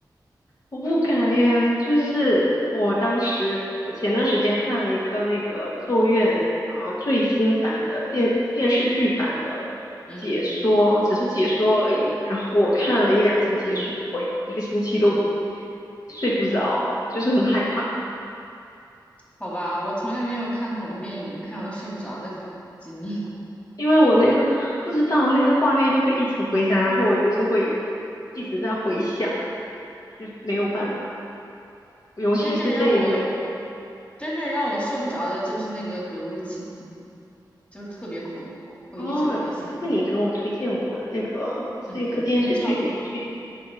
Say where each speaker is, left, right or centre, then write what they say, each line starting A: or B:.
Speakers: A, on the left (about 50°); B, on the left (about 20°).
A: 我不敢耶，就是我当时，我前段时间看了一个那个咒怨呃最新版的电电视剧版的
B: 嗯
A: 解说，只是解说而已。然后我看了一两集解说，
B: 嗯，
A: 我一个星期都睡不着，就是很害怕，
B: 好吧，我从来没有看恐怖电影看了睡不着的 <laughs> 经历。<laughs>
A: 因为我那个不知道那个画面就会一直回闪，然后我就是会一直在回想，就没有办法，尤其是这一类。
B: 真正让我真正让我睡不着的就是那个《鬼入侵》，就是特别恐怖，会一直回想那个，
A: 哦，是不是你跟我推荐过的那个是一个电视剧，
B: 嗯，那个超恐怖。
A: 美剧？